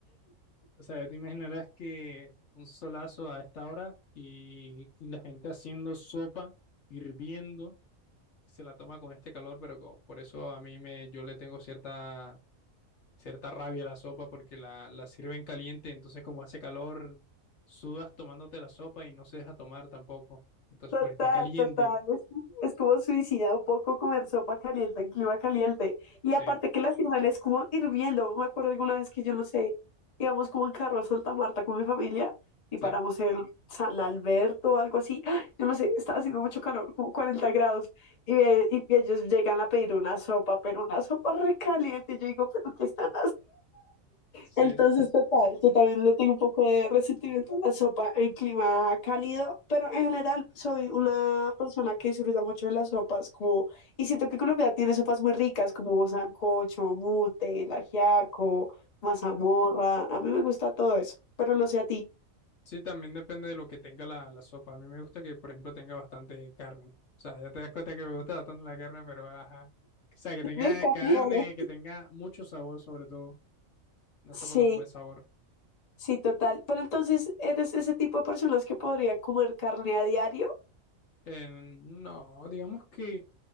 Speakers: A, on the left; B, on the left.
A: O sea, te imaginarás que un solazo a esta hora y, y la gente haciendo sopa, hirviendo, se la toma con este calor, pero co- por eso a mí me, yo le tengo cierta cierta rabia la sopa porque la, la sirven caliente, entonces como hace calor, sudas tomándote la sopa y no se deja tomar tampoco. Entonces,
B: Total,
A: porque está caliente,
B: total. Es, es como suicida un poco comer sopa caliente en clima caliente. Y
A: sí,
B: aparte que la sirven es como hirviendo. Me acuerdo alguna vez que yo no sé, íbamos como en carro a Santa Marta con mi familia y
A: sí,
B: paramos en San Alberto o algo así. <gasps> ¡Ah! Yo no sé, estaba haciendo mucho calor, como 40 grados. Y, ve- y ellos llegan a pedir una sopa, pero una sopa recaliente. Y yo digo, ¿pero qué están
A: sí.
B: entonces, total, yo también le tengo un poco de resentimiento a la sopa en clima cálido, pero en general soy una persona que disfruta mucho de las sopas, como, y siento que Colombia tiene sopas muy ricas, como sancocho, mute, el ajiaco, mazamorra, a mí me gusta todo eso, pero no sé a ti.
A: Sí, también depende de lo que tenga la, la sopa. A mí me gusta que, por ejemplo, tenga bastante carne. O sea, ya te das cuenta que me gusta bastante la carne, pero ajá. O sea, que
B: <laughs>
A: tenga
B: Me cambiaron.
A: carne, que tenga mucho sabor, sobre todo. Una
B: Sí,
A: sopa con buen sabor.
B: sí, total, pero entonces, ¿eres ese tipo de personas que podría comer carne a diario?
A: Eh,
B: <laughs>
A: no, digamos que,